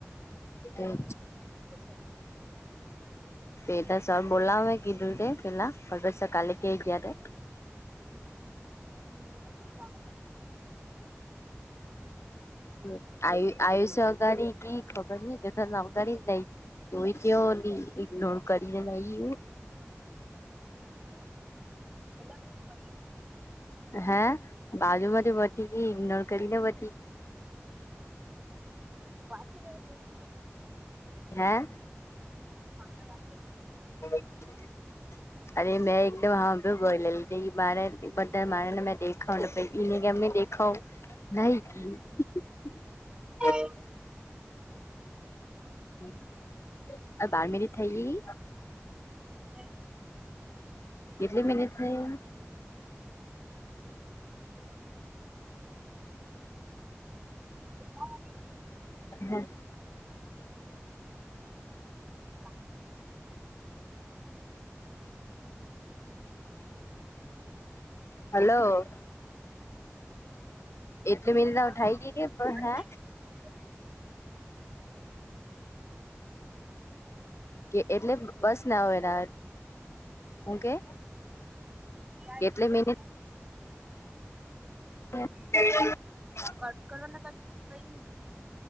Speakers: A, on the left; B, on the right.
A: તેજ.
B: ઓછ.
A: એતો સર બોલાવહે કીધું તે પેલા કલ્પેશ સર કાલે કેય ગીયા તે.
B: <unintelligible>
A: આયુ આયુષ્ય અગાડી કી ખબર નઈ તથા અગાડી જ નહી. જોઈ કેયો ઇગ્નોર કરિ ને એવું.
B: એટલે એ બતી
A: હે બાજુ માંથી બતી ગઈ ઇગ્નોર કરીને બતી.
B: વાકી મવી કીંતે.
A: હે?
B: ફોન પર વાત ક્યરી કે?
A: <unintelligible> અરે મેં એકદમ હાભૂ બોલેલી તે માર બધા માને મેં. ખાવાનું પંચ ની મેં દેખાવ નાહિ ગીયૂ.
B: હમમ.
A: હા આ બાર મિનિટ થયલી.
B: હમમ.
A: કેટલી મિનિટ નું
B: કેટલા?. વાગે
A: હમમ.
B: <inaudible>
A: હલો. એટલી મિનિટ
B: જરાક
A: ઉઠાઈ
B: વાર મૂકી
A: ગઈ કે
B: દે
A: પણ
B: અવાજ
A: હે
B: ની આવે. <inaudible>
A: કે એટલે બસ ના અવે ના હું કે.
B: વીય
A: કેટલી
B: થયલી
A: મિનિટ <inaudible>
B: કટ કરવના કઈ ની ને